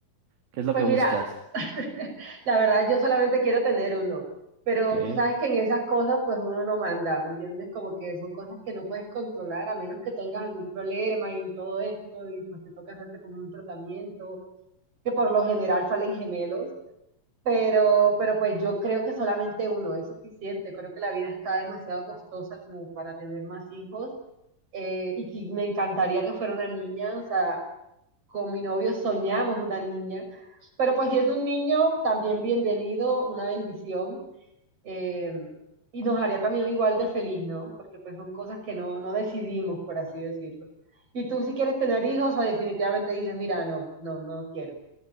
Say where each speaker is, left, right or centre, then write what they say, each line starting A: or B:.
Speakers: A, on the right; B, on the right.
A: ¿Qué es lo
B: Pues
A: que
B: mira,
A: buscas?
B: <laughs> la verdad yo solamente quiero tener uno, pero
A: ¿Qué?
B: tú sabes que en esas cosas pues uno no manda, ¿me entiendes? Como que son cosas que no puedes controlar a menos que tengas algún problema y todo esto y pues te toca hacerte como un tratamiento, que por lo general salen gemelos Pero, pero pues yo creo que solamente uno es suficiente. Creo que la vida está demasiado costosa como para tener más hijos. eh, y que me encantaría que fuera una niña. O sea, con mi novio soñamos una niña. Pero pues si es un niño, también bienvenido, una bendición. eh, y nos haría también igual de feliz, ¿no? Porque pues son cosas que no, no decidimos, por así decirlo. Y tú si quieres tener hijos o definitivamente dices, mira, no, no, no quiero.